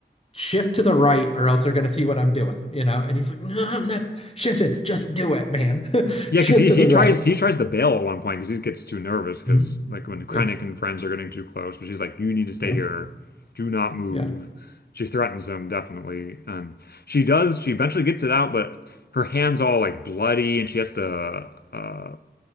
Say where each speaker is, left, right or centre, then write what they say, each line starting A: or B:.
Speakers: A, on the left; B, on the left.
A: shift to the right or else they're going to see what I'm doing, you know? And he's like, no, I'm not shifting. Just do it, man. <laughs>
B: yeah
A: Shift
B: because he
A: to
B: he
A: the
B: tries
A: right.
B: he tries to bail at one point because he gets too nervous because
A: Mhm.
B: like when Krennic
A: Yeah.
B: and friends are getting too close but she's like you need to stay
A: Yeah.
B: here do not move
A: Yeah.
B: she threatens him definitely and she does she eventually gets it out but her hands all like bloody and she has to uh